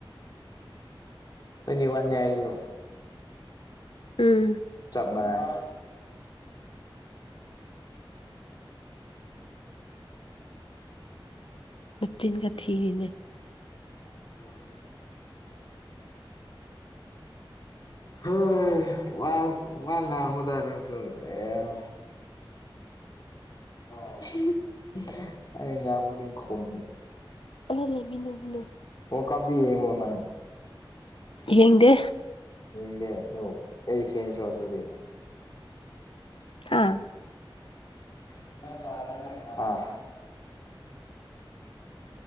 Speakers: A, on the left; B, on the left.
A: ꯇ꯭ꯋꯦꯟꯇꯤ ꯋꯥꯟꯅꯦ ꯑꯩꯁꯨ
B: ꯎꯝ
A: ꯆꯞꯃꯦ <unintelligible>
B: ꯃꯆꯤꯟꯒ ꯊꯤꯔꯤꯅꯦ
A: <unintelligible> ꯍꯣꯏ ꯋꯥ ꯋꯥ <unintelligible> ꯅꯪꯁꯨ <unintelligible> <unintelligible> ꯑꯩ ꯉꯥꯡꯕ <unintelligible> ꯈꯨꯝꯃꯦ
B: ꯑꯂ ꯂꯩꯃꯤꯟꯅꯨ ꯃꯤꯟꯅꯨ
A: ꯋꯥꯔꯜ ꯀꯞꯇꯤ ꯌꯦꯡꯉꫭ ꯅꯪ
B: ꯌꯦꯡꯗꯦ
A: ꯏꯪꯗꯦ ꯑꯗꯣ ꯑꯩ ꯐꯦꯟꯁꯔꯣ ꯑꯗꯨꯗꯤ
B: ꯍꯥꯥ
A: <unintelligible> ꯍꯥ